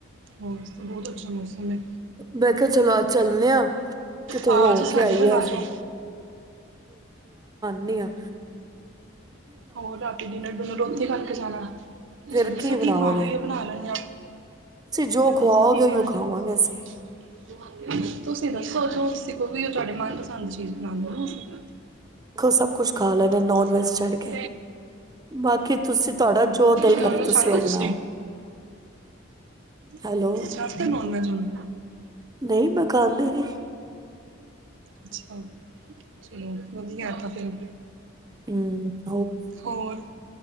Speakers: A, on the right (about 65°); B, on the right (about 20°).
A: ਹੋਰ ਤਾਂ ਬਹੁਤ ਅੱਛਾ ਮੌਸਮ ਹੈ
B: ਮੈਂ ਕਿਹਾ ਚਲੋ ਅੱਜ ਚੱਲਣੇ ਆ ਕਿਤੇ
A: ਆ
B: ਹੋ
A: ਜਾਓ ਸਾਡੇ
B: ਕੇ ਆਈਏ
A: ਵੱਲ ਆ
B: ਅੱਜ
A: ਜਾਓ
B: ਨੀਆਂ
A: ਹੋਰ ਰਾਤੀ ਡਿਨਰ ਦਨ ਰੋਥ ਖਾ ਖ ਜਾਣਾ ਤੁਸੀਂ
B: ਫੇਰ
A: ਦੱਸੋ
B: ਬਣਾਓਗੇ
A: ਕੀ ਖਾਣਾ ਹੀ ਬਣਾ ਲੈਂਦੇ ਆ
B: ਜੋ
A: ਤੁਸੀਂ
B: ਖਵਾਓਗੇ
A: ਦੱਸੋ ਕੀ
B: ਉਹੀਓ
A: ਖਾਣਾ
B: ਖਾਵਾਂਗੇ ਅਸੀਂ
A: ਤੁਸੀਂ ਦੱਸੋਖੋ ਵੀ ਤੁਡੇ ਮਨਪਸੰਦ ਚੀਜ਼ ਬਣਾਉਦੇ ਹੋ ਤੁਸੀਂ <unintelligible>
B: ਦੇਖੋ ਸਭ ਕੁਛ ਖਾ ਲੈਣਾ ਨੋਨ
A: ਤੁਸੀ
B: ਵੈਜ ਛੱਡ ਕੇ ਬਾਕੀ ਤੁਸੀਂ ਤੁਹਾਡਾ ਜੋ ਦਿਲ
A: ਨੋਨਵੇਜ਼
B: ਕਰੇ ਤੁਸੀਂ
A: ਛੱਡ
B: ਉਹ
A: ਤਾ ਤੁਸੀ
B: ਬਣਾਓ
A: ਤੁਸੀ
B: ਹੈਲੋ
A: ਛੱਡਤਾ ਨੋਨਵੇਜ਼ ਹੁਣ
B: ਨਹੀਂ ਮੈਂ ਖਾਂਦੀ ਨੀ
A: ਅੱਛਾ ਚਲੋ ਵਧੀਆ ਤਾਂ ਫਿਰ
B: ਹਮ
A: ਹੋਰ